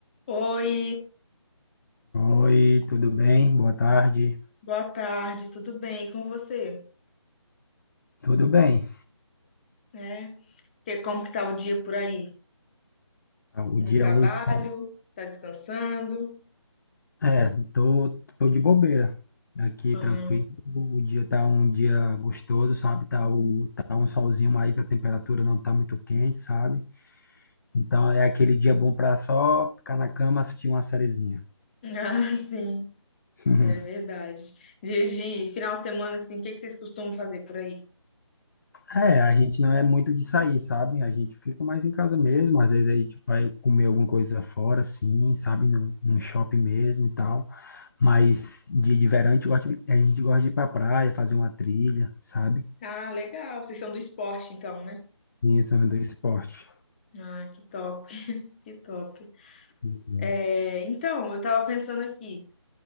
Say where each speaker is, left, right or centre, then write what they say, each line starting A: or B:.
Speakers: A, on the left; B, on the left.
A: Oi,
B: Oi, tudo bem? Boa tarde.
A: boa tarde, tudo bem? E com você?
B: Tudo bem.
A: né? Que- como que tá o dia por aí?
B: O
A: No
B: dia
A: trabalho?
B: hoje tá-
A: Tá descansando?
B: é, tô, tô de bobeira. Aqui
A: Ah,
B: tranquilo. O dia tá um dia gostoso, sabe? Tá, o, tá um solzinho, mas a temperatura não tá muito quente, sabe? Então é aquele dia bom para só ficar na cama, assistir uma sériezinha.
A: <laughs> ah, sim,
B: <laughs>
A: é verdade. Dia de final de semana, assim, o que que vocês costumam fazer por aí?
B: É, a gente não é muito de sair, sabe? A gente fica mais em casa mesmo, às vezes a gente vai comer alguma coisa fora, assim, sabe? Num, num shopping mesmo e tal. Mas dia de verão a gente gosta, de- a gente gosta de ir pra praia, fazer uma trilha, sabe?
A: Ah, legal. Vocês são do esporte, então, né?
B: E esse é o do esporte.
A: Ah, que top, que top.
B: Uhum.
A: É, então, eu tava pensando aqui,